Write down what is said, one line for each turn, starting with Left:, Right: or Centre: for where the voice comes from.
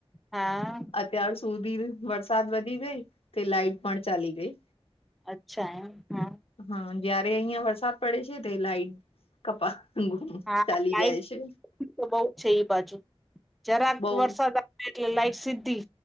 Centre: હા.
Left: અત્યાર સુધી વરસાદ વધી ગઈ તે લાાઈટ પણ ચાલી ગઈ.
Centre: અચ્છા એમ, હા.
Left: હા, જયારે અહિયાં વરસાદ પડે છે તે લાઇટ કપા
Centre: હા,
Left: ચાલી
Centre: લાઈટ
Left: જાય છે
Centre: તો બહુ જાય એ બાજુ, જરાક
Left: બઉ
Centre: વરસાદ એટલે લાઈટ સીધી